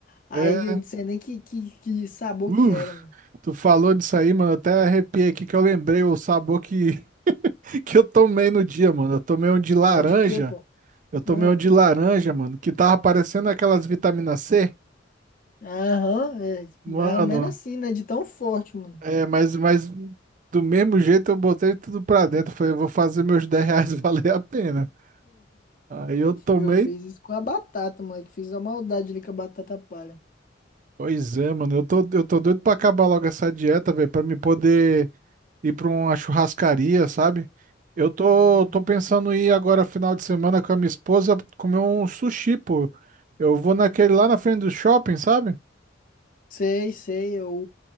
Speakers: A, on the left; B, on the right.
A: Aí
B: É,
A: eu não sei nem que, que, que sabor
B: uf,
A: que era, mano.
B: tu falou disso aí, mano. Até arrepiei aqui que eu lembrei o sabor que, <laughs> que eu tomei no dia, mano. Eu tomei um de laranja.
A: Era de quê, pô?
B: Eu tomei
A: Hum.
B: um de laranja, mano, que tava parecendo aquelas vitamina C.
A: Aham, é,
B: Mano,
A: mais ou menos assim, né? De tão forte, mano.
B: é, mas, mas do mesmo jeito eu botei tudo pra dentro. Falei, eu vou fazer meus 10 reais <laughs> valer a pena. Aí eu tomei.
A: Eu fiz isso com a batata, moleque. Fiz a maldade ali com a batata palha.
B: Pois é, mano, eu tô, eu tô doido pra acabar logo essa dieta, velho, pra me poder ir pra uma churrascaria, sabe? Eu tô,
A: Hum.
B: tô pensando em ir agora final de semana com a minha esposa comer um sushi, pô. Eu vou naquele lá na frente do shopping, sabe?
A: Sei, sei, é o